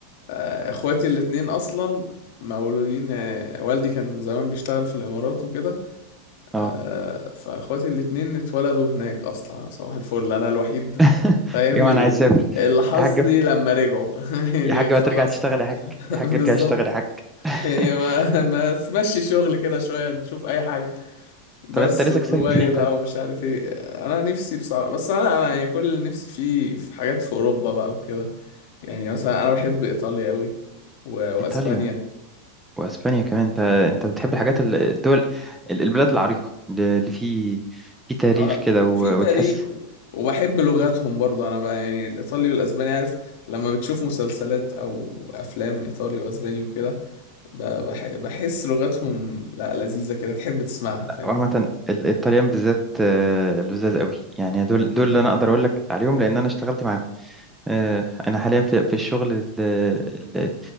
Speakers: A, on the left; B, in the centre.
A: آه إخواتي الاتنين أصلا مولودين آه والدي كان زمان بيشتغل في الإمارات وكده
B: اه
A: آه فإخواتي الاتنين اتولدوا هناك أصلا صباح الفل أنا الوحيد
B: <laughs>
A: فاهم
B: يا جماعة
A: ال-
B: انا عايز اسافر
A: اللي حظي
B: يا حاج
A: لما رجعوا <laughs> يعني
B: يا حاج
A: خلاص
B: ما ترجع تشتغل
A: <laughs>
B: يا حاج يا حاج
A: بالظبط
B: ارجع اشتغل يا حاج <laughs>
A: يعني ما ما تمشي شغل كده شوية نشوف أي حاجة بس
B: طب انت نفسك
A: ودبي
B: تسافر فين
A: بقى
B: طيب
A: ومش عارف ايه انا نفسي بصراحه بس انا انا يعني كل اللي نفسي فيه في حاجات في اوروبا بقى وكده يعني مثلا انا بحب ايطاليا قوي و- واسبانيا
B: ايطاليا واسبانيا كمان انت انت بتحب الحاجات ال- الدول ال- البلاد العريقه اللي اللي في في تاريخ
A: اه
B: كده و-
A: في تاريخ
B: وتحس
A: وبحب لغاتهم برضه انا بقى يعني الايطالي والاسباني عارف لما بتشوف مسلسلات او افلام ايطالي واسباني وكده ب- بح- بحس لغتهم لا لذيذه كده تحب تسمعها فاهم
B: عامه ال- الطليان بالذات آه، لذاذ قوي يعني دول
A: امم
B: دول اللي انا اقدر اقول لك عليهم لان انا اشتغلت معاهم آه، انا حاليا في في الشغل ال- ال-